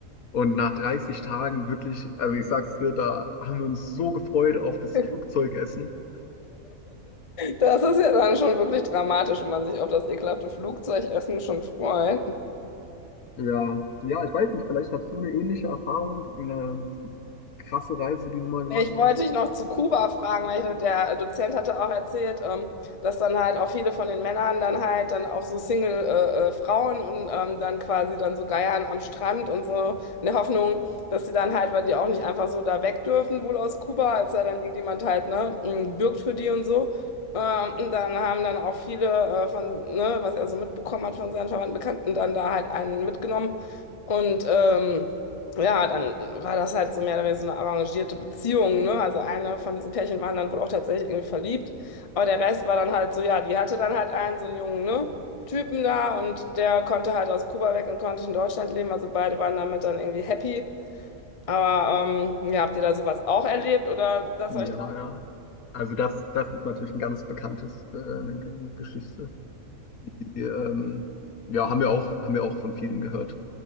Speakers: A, on the left (about 80°); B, on the left (about 30°).
A: Und nach 30 Tagen wirklich, also ich sag's dir, da haben wir uns so gefreut auf das
B: <laughs>
A: Flugzeugessen.
B: Das ist ja dann schon wirklich dramatisch, wenn man sich auf das ekelhafte Flugzeugessen schon freut.
A: Ja, ja, ich weiß nicht, vielleicht hast du eine ähnliche Erfahrung, eine krasse Reise, die du mal gemacht
B: Ja, Ich wollte
A: hast.
B: dich noch zu Kuba fragen, weil ich, der Dozent hatte auch erzählt, ähm, dass dann halt auch viele von den Männern dann halt dann auf so Single, äh, äh, Frauen und ähm, dann quasi dann so geiern am Strand und so in der Hoffnung, dass sie dann halt, weil die auch nicht einfach so da weg dürfen, wohl aus Kuba, als sei dann irgendjemand halt, ne, m, bürgt für die und so. Ähm, und dann haben dann auch viele äh, von, ne, was er so mitbekommen hat von seinen Verwandten, Bekannten, dann da halt einen mitgenommen und ähm, ja, dann war das halt so mehr oder weniger so eine arrangierte Beziehung, ne? Also eine von diesen Pärchen waren dann wohl auch tatsächlich irgendwie verliebt, aber der Rest war dann halt so, ja, die hatte dann halt einen, so einen jungen, ne? Typen da und der konnte halt aus Kuba weg und konnte in Deutschland leben, also beide waren damit dann irgendwie happy. Aber ähm, ja, habt ihr da sowas auch erlebt oder das
A: Ja,
B: euch da?
A: ja. Also das, das ist natürlich ein ganz bekanntes, äh, eine Geschichte. Die, ähm, ja, haben wir auch, haben wir auch von vielen gehört.